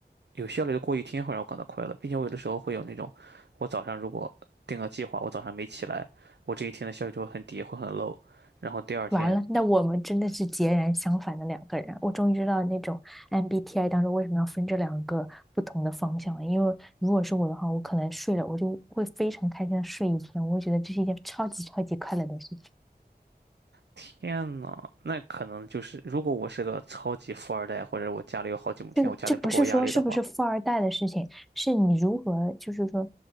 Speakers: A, on the right; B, in the centre.
A: 有效率的过一天会让我感到快乐，并且我有的时候会有那种，我早上如果定了计划，我早上没起来，我这一天的效率就会很低，会很 low，然后第二天。
B: 完了，那我们真的是截然相反的两个人。我终于知道那种 MBTI 当中为什么要分这两个不同的方向了。因为如果是我的话，我可能睡了，我就会非常开心的睡一天，我会觉得这是一件超级超级快乐的事情。
A: 天呐，那可能就是，如果我是个超级富二代，或者我家里有好几亩田，
B: 这个这不是说是不是富二代的事情，
A: 我家里不给我压力的话，
B: 是你如何，就是说，